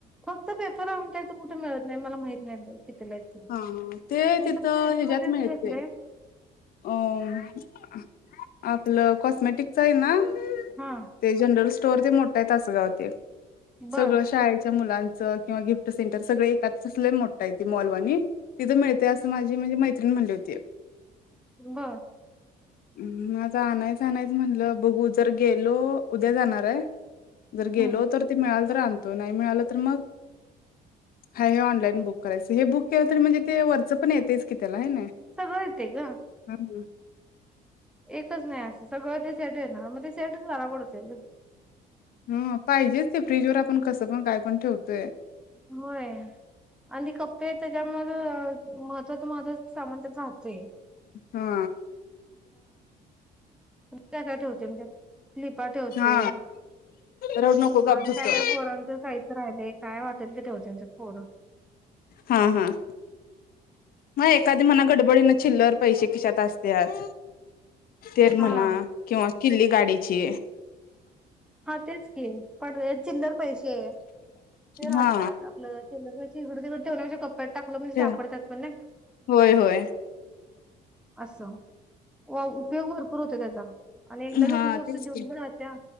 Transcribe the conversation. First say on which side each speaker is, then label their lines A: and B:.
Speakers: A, in the centre; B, on the left.
A: फक्त पेपर आमच्या इथ कुठे मिळत नाही. मला माहिती नाही बघ कितीला आहेत ते.
B: हा ह ते
A: मी
B: तिथं
A: तर सेट
B: ह्याच्यात
A: मध्येच
B: मिळतय.
A: घेतले.
B: अम आपलं कॉस्मेटिकच आहे ना.
A: हा.
B: ते जनरल स्टोअर ते मोठा आहे तासगावात ते
A: बर
B: सगळ शाळेच्या मुलांच किंवा गिफ्ट सेंटर सगळ एकात तसं लय मोठ आहे ते मॉलवानी. तिथं मिळतय असं माझी म्हणजे मैत्रिण म्हणली होती.
A: ब
B: मग आता आणायचं आणायचं म्हणलं, बघू जर गेलो. उद्या जाणार आहे. जर गेलो
A: हम्म
B: तर ते मिळाल तर आण नाही मिळाला तर मग, हाय हे ऑनलाईन बुक करायच. हे बुक केलं तरी म्हणजे ते वरच पण येतेच की त्याला आहे नाही.
A: सगळं येते ग.
B: <unintelligible>
A: एकच नाही असं. सगळं ते सेटच येणार. मग ते सेटच बरा पडतोय गं.
B: ह पाहिजेच ते फ्रीजवर आपण कसं पण काय पण ठेवतोय.
A: होय. आणि ते कप्पे आहेत. त्याच्यामुळे महत्त्वाचं महत्त्वाचं सामान त्यात राहतय.
B: हा.
A: खूप काय काय ठेवते म्हणजे क्लिपा ठेवतोय.
B: हा रडू नको गप
A: आणि
B: झुप
A: काय
B: कर.
A: काय पोरांच साहित्य राहिलेय. काय वाटल ते ठेवत्यात आमच्यात पोर.
B: हां हां. मग एखादी म्हणा गडबडीन चिल्लर पैसे खिशात असत्यात. तेर म्हणा
A: हा
B: किंवा किल्ली गाडीची.
A: हा तेच की पण चिल्लर पैसे ते राहतात
B: हा
A: आपलं चिल्लर पैसे इकड तिकडं ठेवण्यापेक्षा कप्यात टाकलं म्हणजे
B: ते
A: सापडतात पण नाही.
B: होय होय
A: असं व उपयोग भरपूर होतोय त्याचा आणि एकदा घेतलेली
B: हा
A: वस्तू
B: तेच
A: घेऊन
B: की
A: पण राहत्या